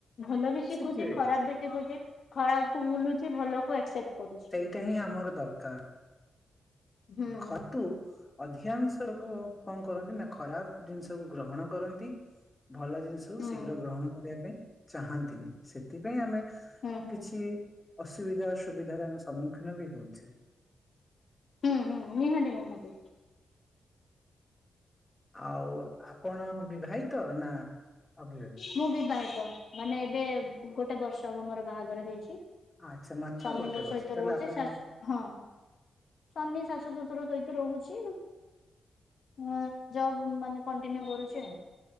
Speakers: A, on the left; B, on the left.
A: ଭଲ ବି
B: ଶିଖିବେ
A: ଶଖଛି ଖରାପ ବି ଶିଖୁଛି ଖରାପ କୁ ଭୁଲୁଛି ଭଲ କୁ ଆକ୍ସେପ୍ଟ କରୁଛି
B: ଏଇଟା ହିଁ ଆମର ଦରକାର
A: ହୁଁ
B: ଘତୁ
A: ହୁଁ
B: ଅଧିକାଂଶ ଲୋକ କଣ କରନ୍ତି ନା ଖରାପ ଜିନିଷକୁ ଗ୍ରହଣ କରନ୍ତି ଭଲ ଜିନିଷ ସବୁ
A: ହୁଁ
B: ଶୀଘ୍ର ଗ୍ରହଣ କରିବା ପାଇଁ ଚାହାନ୍ତିନି ସେଥିପାଇଁ ଆମେ
A: ହୁଁ ହୁଁ।
B: କିଛି ଅସୁବିଧା ଅସୁବିଧାରେ ଆମେ ସମ୍ମୁଖୀନ ବି ହଉଛେ
A: ହୁଁ ହୁଁ ନିନଦି ନିନଦି
B: ଆଉ ଆପଣ ବିବାହିତ ନା ଅବିବାହିତ
A: ମୁଁ ବିବାହିତ ମାନେ ଏବେ ଗୋଟେ ବର୍ଷ ହବ ମୋର ବାହାଘର ହେଇଛି ସ୍ୱାମୀଙ୍କ
B: ଆଚ୍ଛା ମାତ୍ର ଗୋଟେ ବର୍ଷ
A: ସହିତ
B: ତାହେଲେ
A: ରହୁଛିେ
B: ଆପଣ
A: ହଁ ସ୍ୱାମୀ ଶାଶୁ ଶ୍ୱଶୁର ସହିତ ରହୁଛି ହ ଜବ ମାନେ କଣ୍ଟିନ୍ୟୁ କରୁଛି ଆଉ